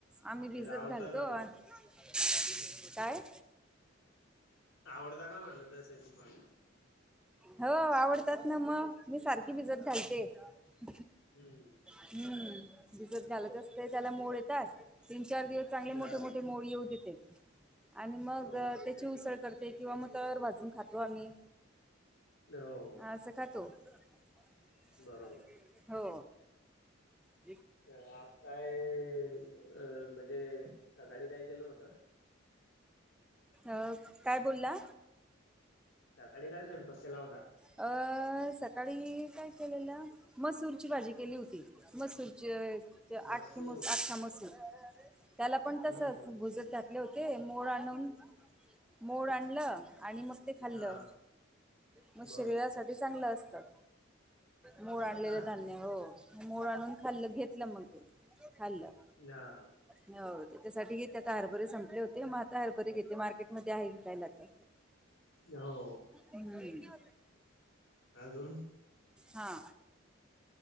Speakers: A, in the centre; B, on the left (about 80°).
A: आम्ही
B: ते
A: भिजत
B: आवडता
A: घालतो
B: का पण
A: अ <inaudible> काय?
B: आवडता का म्हटलं तसे तुम्हाला?
A: हो आवडतात ना मग. मी सारखी भिजत घालते <inaudible>
B: हम्म
A: हम्म भिजत घालत असतेच. त्याला मोड येतात तीन चार दिवस चांगले मोठे
B: हा
A: मोठे मोड येऊ देते. आणि मग त्याची
B: ओके
A: उसळ करते किंवा मग तरर भाजून खातो आम्ही.
B: हो
A: ह असं खातो <inaudible>
B: बरोबर
A: हो. <inaudible> <inaudible>
B: आज काय अ म्हणजे सकाळी काय केलं होतं
A: अ काय बोलला?
B: सकाळी काय स्वयंपाक केला होता?
A: अ सकाळी काय केलेलं मसूरची भाजी केली होती. मसूरचे अ
B: मसूर
A: आखी म आख्या मसुर त्याला पण तसच
B: हम्म हम्म
A: भुजत घात ले होते मोड आणून मोड आणलं आणि मग ते खाल्लं.
B: हा
A: मग शरीरासाठी
B: बरोबर
A: चांगलं असतं. मोड आणलेलं
B: हा का
A: धान्य हो. मोड आणून खाल्लं घेतलं मग ते खाल्लं.
B: <unintelligible>
A: हो त्याच्यासाठी घेते. आता हरभरे संपले होते, मग आता हरभरे घेते, मार्केटमध्ये आहे विकायला तर.
B: हो.
A: हम्म.
B: अजून
A: हा.